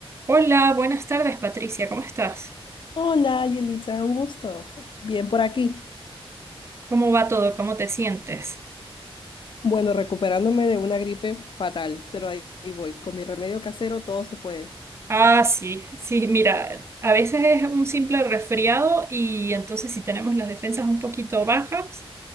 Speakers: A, on the right; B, on the left.
A: Hola, buenas tardes, Patricia, ¿cómo estás?
B: Hola, Yelitza, un gusto. Bien por aquí.
A: ¿Cómo va todo? ¿Cómo te sientes?
B: Bueno, recuperándome de una gripe fatal, pero ahí ahí voy. Con mi remedio casero todo se puede.
A: Ah, sí, sí, mira, a veces es un simple resfriado y entonces si tenemos las defensas un poquito bajas,